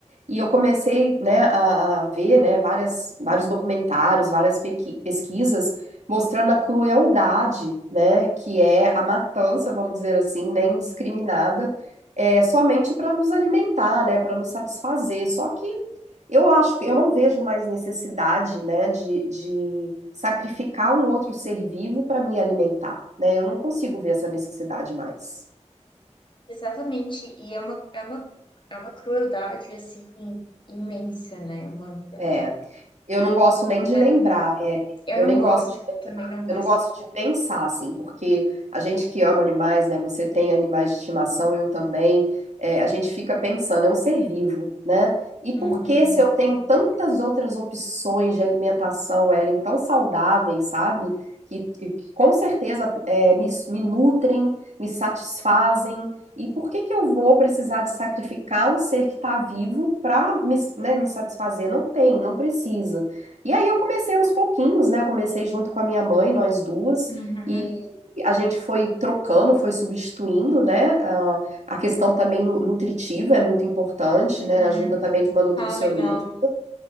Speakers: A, on the right (about 70°); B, on the left (about 40°).
A: e eu comecei, né, a, a ver, né, várias, vários documentários, várias pequi- pesquisas mostrando a crueldade, né, que é a matança, vamos dizer assim, né, indiscriminada, é, somente para nos alimentar, né, para nos satisfazer. Só que eu acho que eu não vejo mais necessidade, né, de, de sacrificar um outro ser vivo para me alimentar, né? Eu não consigo ver essa necessidade mais.
B: Exatamente, e é uma, é uma, é uma crueldade, assim, imensa, né, é uma, é uma
A: É, eu não gosto
B: coisa...
A: nem de lembrar,
B: Eu
A: eu
B: não
A: nem
B: gosto,
A: gosto de
B: também não gosto.
A: Eu não gosto de pensar assim, porque a gente que ama animais, né? Você tem animais de estimação, eu também. é, a gente fica pensando, é um ser vivo, né? E por
B: Uhum,
A: que se eu tenho tantas outras opções de alimentação, Ellen, tão saudáveis, sabe? Que, e que com certeza é, me, me nutrem, me satisfazem. E por que que eu vou precisar de sacrificar um ser que está vivo para me, né, me satisfazer? Não tem, não precisa. E aí eu comecei aos pouquinhos, né? Comecei junto com a minha mãe, nós duas,
B: uhum,
A: e a gente foi trocando, foi substituindo, né? A, a questão também nu- nutritiva é muito importante,
B: uhum.
A: né? Ajuda também de uma nutricionista.
B: Ah, legal.